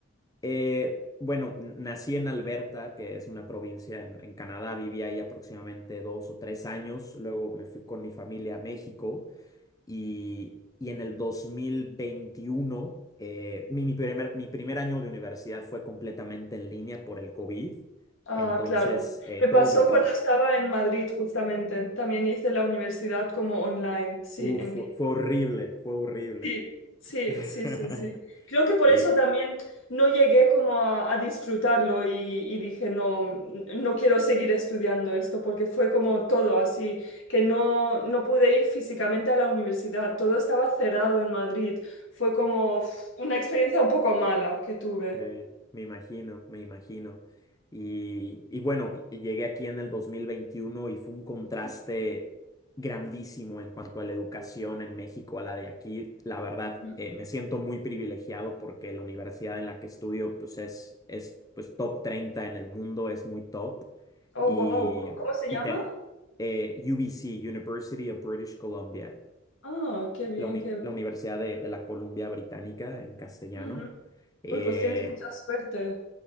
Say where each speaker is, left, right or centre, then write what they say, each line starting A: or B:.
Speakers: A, on the left; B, on the left.
A: eh, bueno, n- nací en Alberta, que es una provincia en, en Canadá, viví ahí aproximadamente dos o tres años, luego me fui con mi familia a México. y, y en el 2021, eh, mi, mi primer, mi primer año de universidad fue completamente en línea por el COVID.
B: Ah,
A: Entonces,
B: claro.
A: eh,
B: Me
A: todo
B: pasó
A: mi prim...
B: cuando estaba en Madrid, justamente. También hice la universidad como online. Sí,
A: Uf,
B: en
A: fue,
B: línea.
A: fue horrible, fue horrible.
B: Sí, sí,
A: <laughs>
B: sí, sí, sí. Creo que por
A: Eh,
B: eso también no llegué como a, a disfrutarlo y, y dije, no, n- no quiero seguir estudiando esto, porque fue como todo así, que no, no pude ir físicamente a la universidad. Todo estaba cerrado en Madrid. Fue como uf, una experiencia un poco mala que tuve.
A: Eh, me imagino, me imagino. Y, y bueno, llegué aquí en el 2021 y fue un contraste grandísimo en cuanto a la educación en México a la de aquí. La verdad,
B: Mm.
A: eh, me siento muy privilegiado porque la universidad en la que estudio pues es, es pues top 30 en el mundo, es muy top.
B: Oh,
A: Y,
B: wow. ¿Cómo se
A: y
B: llama?
A: te- eh, UBC, University of British Columbia,
B: Ah, qué bien,
A: la, uni-
B: qué bien.
A: la Universidad de, de la Columbia Británica en castellano.
B: Ujú.
A: Eh,
B: Uy, pues tienes mucha suerte.